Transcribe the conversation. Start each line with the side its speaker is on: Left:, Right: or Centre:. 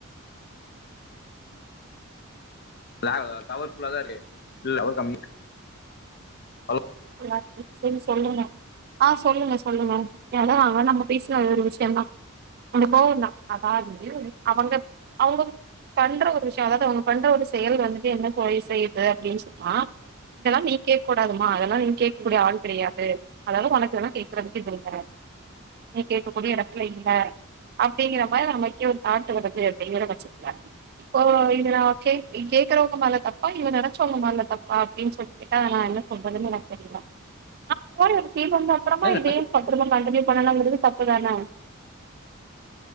Left: லேக் டவர் ஃபுல்லாதா இருக்கு இல் டவர் கம்மி அ
Right: ஃபுல்லா இருக்கு சேரி சொல்லுங்க ஆ சொல்லுங்க சொல்லுங்க எல்லா அவ நம்ம பேசின ஒரு விஷயதா கொஞ்ச கோவந்தா அதாவது அவங்க அவங்க பண்ற ஒரு விஷயோ அதாவது அவங்க பண்ற ஒரு செயல் வந்துட்டு என்ன போய் செய்யுது அப்பிடின் சொன்னா இதெல்லா நீ கேக்க கூடாதுமா அத ல்லா நீ கேட்கக்கூடிய ஆள் கிடையாது அதாவது உனக்கு இததெல்ல கேக்குறதுக்கு இது இல்ல நீ கேட்க கூடிய இடத்துல இல்ல அப்பிடிங்கற மாரி நமக்கே ஒரு தாட்டு வருது செய்யற பட்சத்துல இப்போ இவங்கள கேட்க கேட்கிறவங்க மேல தப்பா இல்ல நெனச்சவங்க மேல தப்பா என்ன அப்பிடின் சொல்லி கேட்டா நா என்ன சொல்றதுனு செரிங்க ஆ கோரிர் சீமந்த அப்பறமா
Left: என்ன
Right: இத பத்துருமா கண்டினியூ பண்ணலாங்கிறது தப்புதான